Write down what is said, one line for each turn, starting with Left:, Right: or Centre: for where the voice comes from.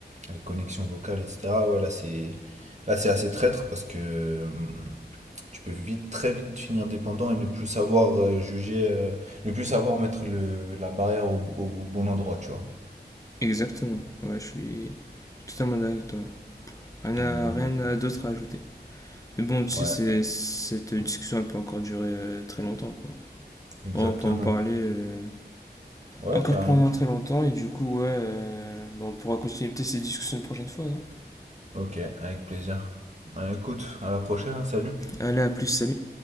Right: avec connexion vocale etc. Ouais, là c'est là c'est assez traître parce que euh, tu peux vite très vite finir dépendant et ne plus savoir euh, juger euh, ne plus savoir mettre le la barrière au, au bon endroit, tu vois.
Left: Exactement. Ouais, je suis totalement d'accord avec toi. Rien
Right: Donc
Left: à-
Right: bon,
Left: rien à d'autre à ajouter. Mais bon, tu
Right: ouais,
Left: sais, c'est- cette discussion, elle peut encore durer euh, très longtemps, quoi.
Right: exactement.
Left: On peut en parler euh,
Right: Ouais,
Left: encore
Right: carrément.
Left: pendant très longtemps et du coup, ouais, euh, bah, on pourra continuer peut-être cette discussion une prochaine fois, non?
Right: Ok, avec plaisir. Bah, écoute, à la prochaine, hein, salut.
Left: Allez, à plus, salut.